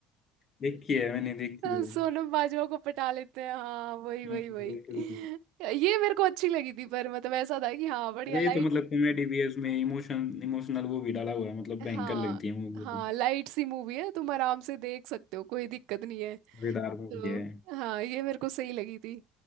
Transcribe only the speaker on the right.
<laughs>
सोनम बाजवा को पटा लेते हैं हाँ वही
वही वही
ये मेरे को अच्छी लगी थी पर मतलब ऐसा था कि हाँ बढ़िया
लाइट
हाँ
हाँ
लाइट सी मूवी है तुम आराम से देख सकते हो कोई दिक्कत नहीं है
तो
हाँ ये मेरे को सही लगी थी